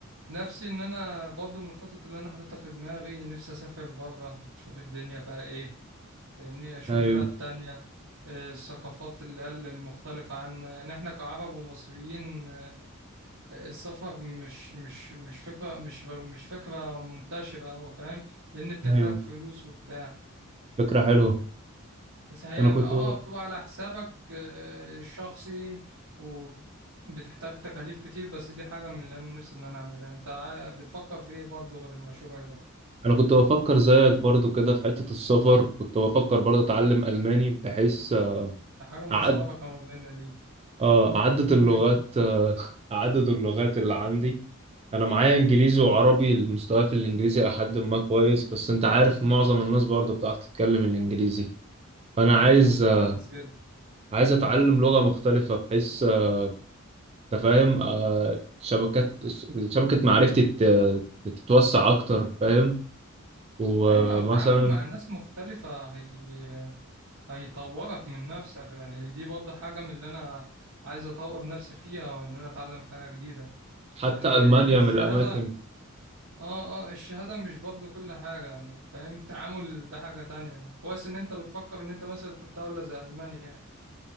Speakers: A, on the right; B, on the right.
A: نفسي ان انا برضه من الخطط اللي انا حاططها في دماغي نفسي اسافر بره اشوف الدنيا فيها ايه فاهمني اشوف
B: ايوه
A: بلاد تانية آه، الثقافات اللي هي المختلفة عنا يعني احنا كعرب ومصريين آه، السفر مش مش مش فكرة مش مش فكرة منتشرة أوي فاهم لأن بتحتاج
B: ايوه
A: فلوس وبتاع
B: فكره حلوه
A: بس هي
B: انا كنت
A: اه بتبقى على حسابك آه، الشخصي وبتحتاج تكاليف كتير بس دي حاجة من اللي أنا نفسي إن أنا أعملها أنت عا- بتفكر في إيه برضه غير المشروع ده
B: انا كنت بفكر زيك برضو كده في حتة السفر كنت بفكر برضو اتعلم الماني بحيث آه،
A: حاجة مشتركة
B: اعد
A: ما بيننا دي
B: اه اعدد
A: <laughs>
B: اللغات آه، <laughs> اعدد اللغات اللي عندي انا معايا انجليزي وعربي المستوى في الانجليزي الى حد ما كويس بس انت عارف معظم الناس برضو بتعرف تتكلم الانجليزي فانا
A: اه
B: عايز
A: اه
B: آه،
A: كويس جدا
B: عايز اتعلم لغة مختلفة بحيث آه، أنت فاهم آه، شبكات شبكة معرفتي تت- تتوسع اكتر فاهم ومثلا
A: اي ما التعامل مع الناس مختلفة هي هيطورك من نفسك يعني دي برضه حاجة من اللي انا عايز اطور نفسي فيها وان انا اتعلم حاجة جديدة
B: حتى
A: يعني
B: المانيا
A: الشهادة
B: من الاماكن
A: اه اه الشهادة مش برضه كل حاجة يعني فاهم التعامل ده حاجة تانية يعني كويس ان انت بتفكر ان انت مثلا تروح دولة زي ألمانيا